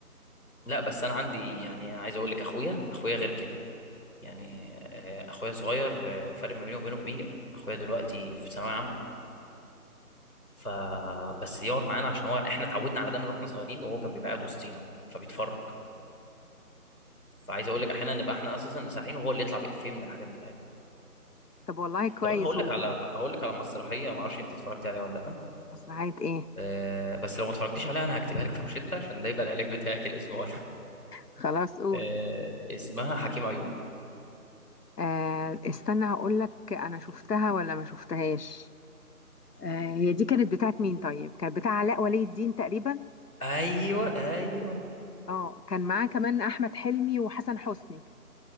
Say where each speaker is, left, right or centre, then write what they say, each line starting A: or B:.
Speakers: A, on the left; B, on the left.
A: لا بس انا عندي يعني عايز اقول لك اخويا اخويا غير كده يعني آه، اخويا صغير آه، فرق ما بينه وبينه كبير اخويا دلوقتي في ثانويه عامه ف بس يقعد معانا عشان هو احنا اتعودنا على ده من واحنا صغيرين وهو كان بيبقى قاعد وسطينا فبيتفرج فعايز اقول
B: و-
A: لك احيانا نبقى احنا اساسا اللي سارحين وهو اللي يطلع بافيه من الحاجات بتاعتنا
B: طب والله كويس
A: طب انا هقول
B: هو
A: لك
B: بي...
A: على هقول لك على مسرحيه ما اعرفش انت اتفرجتي عليها ولا لا
B: مسرحيه ايه
A: أه بس لو ما اتفرجتيش عليها انا هكتبها لك في روشتة عشان ده يبقى العلاج بتاعك الاسبوع
B: خلاص قول
A: آه، اسمها حكيم عيون
B: آه استنى هقول لك انا شفتها ولا ما شفتهاش آه هي دي كانت بتاعت مين طيب كانت بتاع علاء ولي الدين تقريبا
A: ايوه ايوه
B: اه كان معاه كمان احمد حلمي وحسن حسني